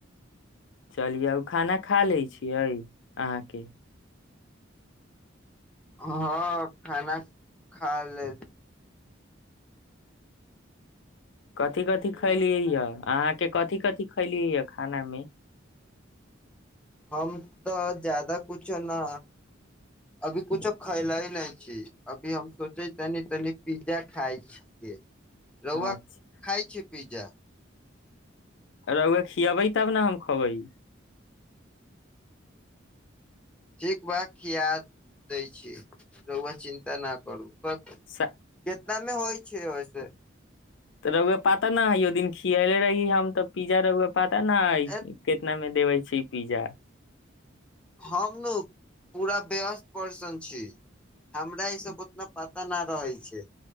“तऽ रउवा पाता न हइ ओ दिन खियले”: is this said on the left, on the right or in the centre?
Left